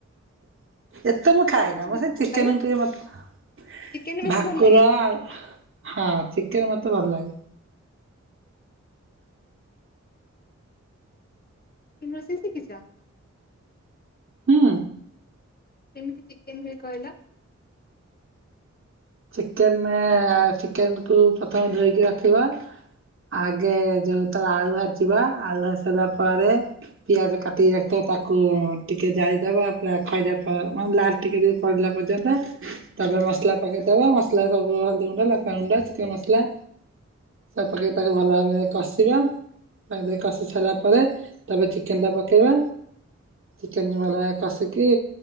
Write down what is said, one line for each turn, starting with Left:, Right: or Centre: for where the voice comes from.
Right: <inaudible> ଏତେ ମୁଁ ଖାଏନା
Left: କୋଉ ମାଛ
Right: ମୁଁ
Left: ବେଶୀ
Right: ସେ
Left: ଭଲ
Right: ଚିକେନ୍
Left: ଲାଗେ
Right: ଟିକେ ମତ
Left: ଚିକେନ ବେଶୀ
Right: ଭାକୁର
Left: ଭଲ ଲାଗେ
Right: ଆ ହଁ ଚିକେନ୍ ମତେ ଭଲ ଲାଗେ।
Left: ଆଚ୍ଛା। ତମେ ରୋଷେଇ ଶିଖିଛ?
Right: ହୁଁ।
Left: କେମିତି ଚିକେନ୍ ହୁଏ କହିଲ?
Right: ଚିକେନ୍ ଆ ଚିକେନ୍ କୁୁ ପ୍ରଥମେ ଧୋଇକି ରଖିବ ଆଗେ ଯୋଉ ତଳେ ଆଳୁ ଭାଜିବ ଆଳୁ ଭାଜି ସାରିଲା ପରେ ପିଆଜ କାଟିକି ରଖିଥିବା ତାକୁ ଟିକେ ଜାଳିଦବ ପୁରା ଖାଇଆ ଫଳ ମାନେ ଲାଲ୍ ଟିକେ ଟିକେ ପଡିଲା ପର୍ଯ୍ୟନ୍ତ ତାପରେ ମସଲା ପକେଇଦବ ମସଲା ସବୁ ହଳଦୀ ଗୁଣ୍ଡ ଲଙ୍କାଗୁଣ୍ଡ ଚିକେନ ମସଲା। ତାପରେ ତାକୁ ଭଲ ଭାବରେ କଷିବ। ସଙ୍ଗେ କଷି ସାରିଲା ପରେ ତା ପରେ ଚିକେନ ଟା ପକେଇବା। ଚିକେନ ଭଲଭାବରେ କଷିକି